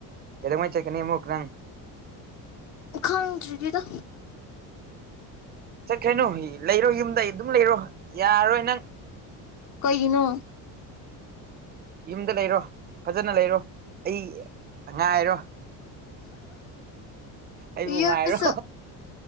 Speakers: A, on the right; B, on the left.
A: ꯀꯩꯗꯧꯉꯩ ꯆꯀꯤꯅꯤ ꯑꯃꯨ ꯀꯅꯥꯪ
B: ꯈꯪꯗ꯭ꯔꯤꯒꯦꯗ
A: ꯆꯠꯈ꯭ꯔꯅꯣ ꯂꯩꯔꯣ ꯌꯨꯝꯗꯩ ꯑꯗꯨꯝ ꯂꯩꯔꯣ ꯌꯥꯔꯣꯏ ꯅꯪ
B: ꯀꯩꯒꯤꯅꯣ
A: ꯌꯨꯝꯗ ꯂꯩꯔꯣ ꯐꯖꯅ ꯂꯩꯔꯣ ꯑꯩ ꯉꯥꯏꯔꯣ ꯑꯩꯕꯨ
B: ꯌꯨꯁꯨꯁꯨ
A: ꯉꯥꯏꯔꯣ